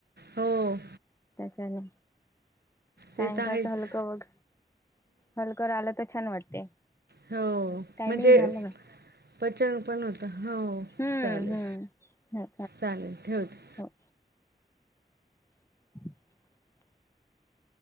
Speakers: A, on the right; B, on the left.
A: हो
B: चला सायंकाळचं
A: ते तर आहेच
B: हलकं बघ हलकं राहिलं तर छान वाटते.
A: हो
B: टायमिंग
A: म्हणजे
B: झालं ना
A: पचन पण होत हो.
B: हम्म
A: चालेल
B: हम्म ह
A: चालेल ठेवते.
B: हो. <inaudible>